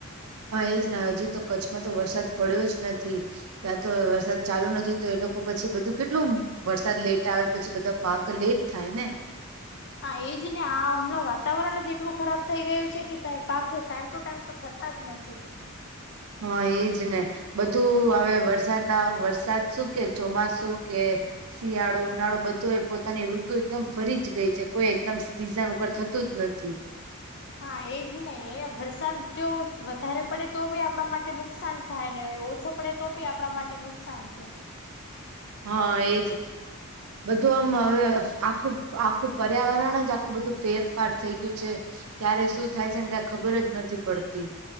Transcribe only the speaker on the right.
હા એજ હજી તો કચ્છમાં તો વરસાદ પડ્યો જ નથી. ત્યાં તો વરસાદ ચાલુ નથી. તો એ લોકો પછી બધું કેટલું. વરસાદ લેટ આવે પછી બધા પાક લેટ થાય ને.
હા એજ ને બધું હવે વરસાદ ના વરસાદ શું કે ચોમાસું કે શિયાળો, ઉનાળો બધો એ પોતાની ઋતુ એકદમ ફરી જ ગઈ છે. કોઈ એકદમ સિઝન ઉપર થતું જ નથી.
હા એજ. બધું આમ હવે આખું આખું પર્યાવરણ જ આખું બધું ફેરફાર થઈ ગયું છે. ક્યારે શું થાય છે ને કઈ ખબર જ નથી પડતી.